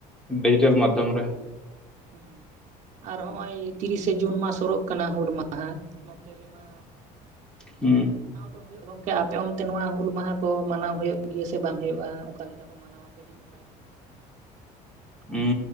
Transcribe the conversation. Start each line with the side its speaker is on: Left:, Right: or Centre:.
Centre: ᱰᱤᱡᱤᱴᱮᱞ ᱢᱟᱫᱽᱫᱷᱚᱢ ᱨᱮ᱾
Right: ᱦᱚᱸ ᱟᱨ ᱦᱚᱸᱜ ᱚᱚᱭ ᱛᱤᱨᱤᱥᱮ ᱡᱩᱱ ᱢᱟᱥ ᱦᱚᱨᱚᱜ ᱠᱟᱱᱟ ᱦᱩᱞ ᱢᱟ ᱦᱟᱸ ᱱᱚᱛᱮ ᱨᱮ ᱢᱟ
Centre: ᱩᱸ᱾
Right: ᱢᱟᱱᱟᱣ ᱫᱚ ᱦᱳᱭᱳᱜ ᱜᱮᱭᱟ ᱜᱚᱝᱠᱮ ᱟᱯᱮ ᱚᱱᱛᱮ ᱱᱚᱣᱟ ᱦᱩᱞ ᱢᱟᱦᱟ ᱠᱚ ᱢᱟᱱᱟᱣ ᱦᱩᱭᱩᱜ ᱜᱮᱭᱟ ᱥᱮ ᱵᱟᱝ ᱦᱩᱭᱩᱜᱼᱟ ᱚᱠᱟ ᱞᱮᱠᱟ ᱢᱟᱱᱟᱣᱟ ᱠᱟᱹᱴᱤᱡ ᱚᱱᱟᱜᱮ
Centre: ᱩᱸ